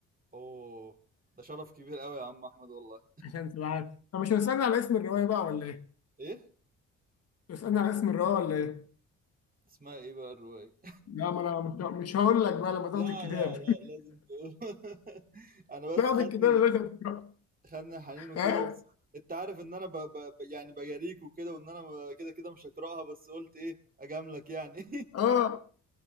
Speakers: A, on the right; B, on the left.
A: اوه ده شرف كبير قوي يا عم احمد والله
B: عشان تبقى عارف طب مش هتسالني على اسم الروايه بقى ولا ايه؟
A: ايه
B: تسالني على اسم الروايه ولا ايه؟
A: اسمها ايه بقى الرواية
B: لا ما انا مش مش هقول لك بقى لما تاخد
A: لا
B: الكتاب
A: لا لا لازم تقول <laughs>
B: <laughs>
A: انا بس
B: تاخد
A: خدني
B: الكتاب
A: ال-
B: يا باشا تقراه
A: خدني الحنين وكده
B: ها؟
A: بس انت عارف ان انا ب... ب... ب- يعني بجاريك وكده وان انا م- كده كده مش هقراها بس قلت ايه اجاملك يعني
B: اه